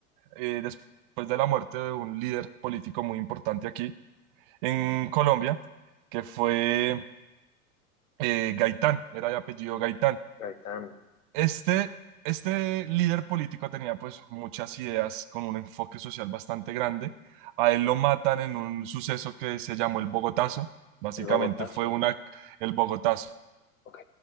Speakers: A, on the right; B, on the left.
A: eh, después de la muerte de un líder político muy importante aquí en Colombia, que fue eh, Gaitán, era de apellido Gaitán.
B: están,
A: Este, este líder político tenía pues muchas ideas con un enfoque social bastante grande. A él lo matan en un suceso que se llamó el Bogotazo. Básicamente
B: el Bogotazo.
A: fue una, el Bogotazo
B: Ok.